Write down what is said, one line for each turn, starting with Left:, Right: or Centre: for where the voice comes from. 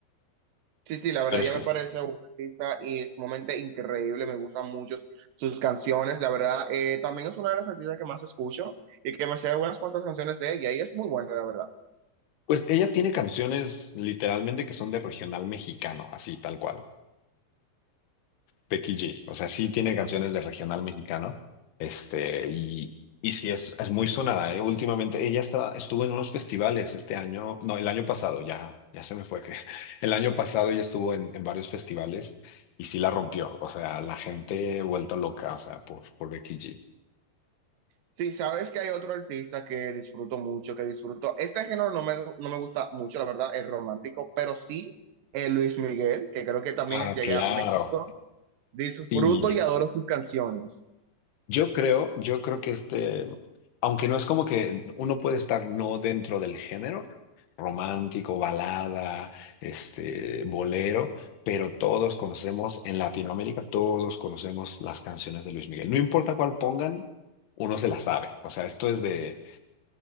Right: Sí, sí, la verdad
Left: Pero sí,
Right: ya me parece un artista y sumamente increíble, me gustan mucho sus canciones, la verdad, eh, también es una de las artistas que más escucho y que me sé unas cuantas canciones de ella y es muy buena, la verdad.
Left: pues ella tiene canciones literalmente que son de regional mexicano, así tal cual. Becky G. O sea, sí tiene canciones de regional mexicano. Este, y, y sí es, es muy sonada, ¿eh? Últimamente ella está, estuvo en unos festivales este año, no, el año pasado, ya, ya se me fue que <laughs> el año pasado ella estuvo en, en varios festivales y sí la rompió. O sea, la gente vuelta loca, o sea, por, por Becky G.
Right: Sí, sabes que hay otro artista que disfruto mucho, que disfruto, este género no me, no me gusta mucho, la verdad, es romántico, pero sí eh, Luis Miguel, que creo que también
Left: Ah,
Right: llegué
Left: claro.
Right: a México, disfruto
Left: Sí.
Right: y adoro sus canciones.
Left: Yo creo, yo creo que este, aunque no es como que uno puede estar no dentro del género romántico, balada, este, bolero, pero todos conocemos en Latinoamérica, todos conocemos las canciones de Luis Miguel. No importa cuál pongan, uno se la sabe. O sea, esto es de,